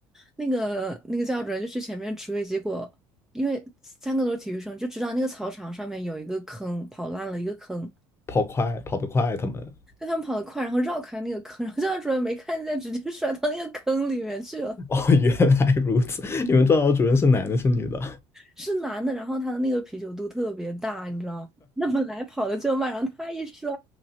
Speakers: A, in the centre; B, on the left.
A: 那个那个教主任就去前面指挥，结果因为三个都是体育生，就知道那个操场上面有一个坑，跑烂了一个坑，
B: 跑快跑得快，他们。
A: 但他们跑得快，然后绕开那个坑，然后教导主任没看见，直接摔到那个坑里面去了。
B: 哦，原来如此，你们教导主任是男的，是女的？
A: 是男的，然后他的那个啤酒肚特别大，你知道吗？那本来跑的就慢，然后他一摔，